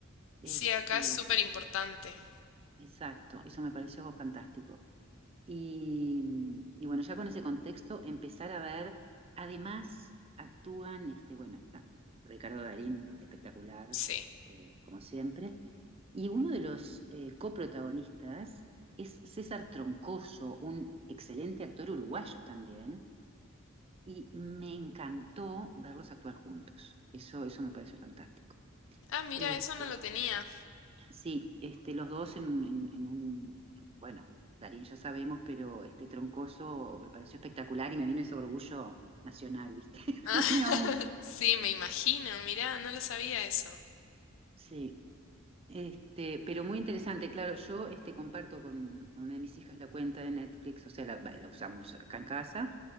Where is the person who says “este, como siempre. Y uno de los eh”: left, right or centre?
Right